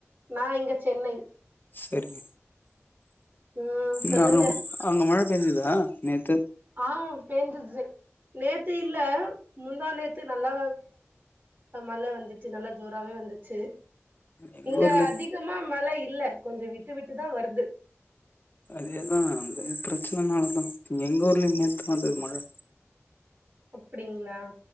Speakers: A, on the right; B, on the left.
A: நா இங்க சென்னை
B: சரி
A: ம் சொல்லுங்க
B: நா நம்ம அங்கே அங்கே மழ பெஞ்சுதா நேத்து
A: ஆ பேஞ்சுது நேத்து இல்ல முந்தா நேத்து நல்லா ம் மழ வந்துச்சு நல்ல ஜோராவே வந்துச்சு
B: எங்க
A: இங்க
B: ஊர்ல
A: அதிக அதிகமா மழ இல்ல கொஞ்ச விட்டு விட்டுதா வருது
B: அதேதான் அந்த பிரச்சனனாலதா எங்க ஊர்லயும் நேத்து வந்தது மழ
A: அப்டிங்களா